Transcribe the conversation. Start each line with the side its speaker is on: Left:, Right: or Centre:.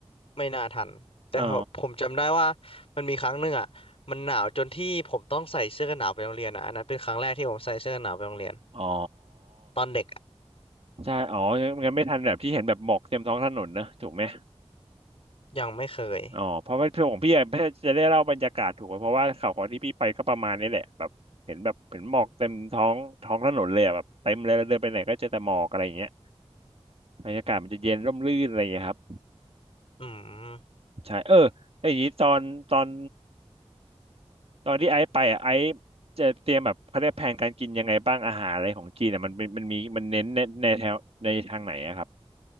Left: ไม่น่าทันแต่ผมจำได้ว่ามันมีครั้งหนึ่งอ่ะมันหนาวจนที่ผมต้องใส่เสื้อกันหนาวไปโรงเรียนอ่ะอันนั้นเป็นครั้งแรกที่ผมใส่เสื้อกันหนาวไปโรงเรียน
Right: อ๋ออ๋อ
Left: ตอนเด็กอะ
Right: ใช่อ๋องั้นไม่ทันแบบที่เห็นแบบหมอกเต็มท้องถนนนะถูกไหม
Left: ยังไม่เคย
Right: อ๋อเพราะว่าพ่ของพี่อะจะได้เล่าบรรยากาศถูกไหมเพราะว่าข่าวของที่พี่ไปก็ประมาณนี้แหละแบบเห็นแบบเห็นหมอกเต็มท้องท้องถนนเลยอะแบบเต็มเลยแล้วเดินไปไหนก็เจอแต่หมอกอะไรอย่างเงี้ยบรรยากาศมันจะเย็นร่มรื่นอะไรอย่างเงี้ยครับ
Left: อืม
Right: ใช่เออแล้วอย่างนี้ตอนตอนตอนที่ไอซ์ไปอะไอซ์จะเตรียมแบบเขาเรียกแผนการกินยังไงบ้างอาหารอะไรของจีนอะมันเป็นมันมีมันเน้นในในแถวในทางไหนอะครับ